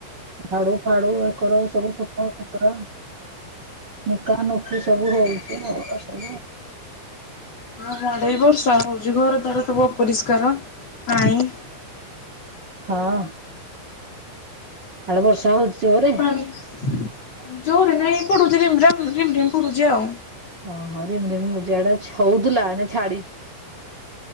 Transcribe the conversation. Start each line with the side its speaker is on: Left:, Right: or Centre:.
Right: ଝାଡୁ ଫାଡୁ ଏ କର ସବୁ ସଫା ସୁତୁରା। ନିକା ନୁପି ସବୁ ହଉଛି ଆଉ <inaudible> ସବୁ
Left: ମଡ଼େଇ ବର୍ଷା ହଉଛି ଘର ଦ୍ୱାର ସବୁ ଅପରିଷ୍କାର। ପାଣି
Right: ହଁ। ହେଆଡେ ବର୍ଷା ହଉଛି ଜୋରରେ।
Left: ହୁଁ ପରେ ନାଇଁ ପଡୁଚି ରିମ- ରାମ ଝିମ ଝିମ ପଡୁଛି ଆଉ।
Right: ହଁ ହଁ ରିମ - ରିମ ହଉଛି। ଏଆଡ଼େ ହଉଥିଲା ଏଇନେ ଛାଡ଼ି